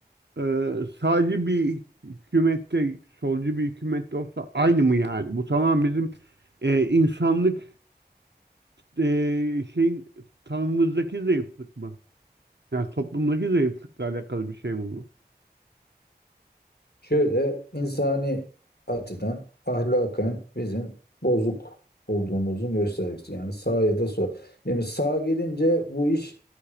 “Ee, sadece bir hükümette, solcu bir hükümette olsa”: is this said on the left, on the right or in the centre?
Right